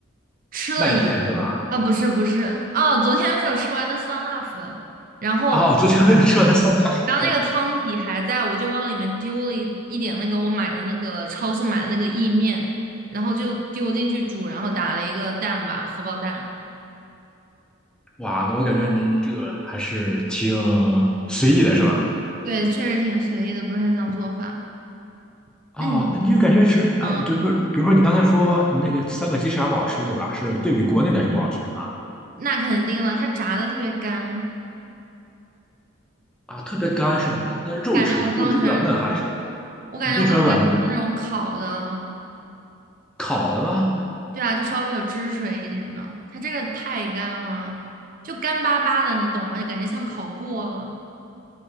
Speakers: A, on the right; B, in the centre.
A: 吃了一
B: 麦片是吧？
A: 啊，不是不是，哦，昨天没有吃完的酸辣粉，然后
B: 哦，昨天没有吃完的酸辣粉是吧
A: 然后那个汤底还在，我就往里面丢了一一点那个我买的那个超市买的那个意面，然后就丢进去煮，然后打了一个蛋吧，荷包蛋。
B: <laughs>？哇，我感觉你你这个还是挺随意的，是吧？
A: 对，确实挺随意的，不是很想做饭。
B: 啊，
A: 那你，
B: 那你就感觉是，哎，
A: 嗯，
B: 就比如比如说你刚才说那个三个鸡翅还不好吃，对吧？是对比国内的是不好吃是吧？
A: 那肯定了，它炸的特别干，
B: 啊，特别干是吗？那那肉质呢？
A: 感觉我更喜欢，
B: 肉质比较嫩还是
A: 我感觉我更喜欢吃那种烤的，
B: 你更喜欢软一点的？烤的吗？
A: 对啊，就稍微有汁水一点的，它这个太干了，就干巴巴的，你懂吗？就感觉像烤过了。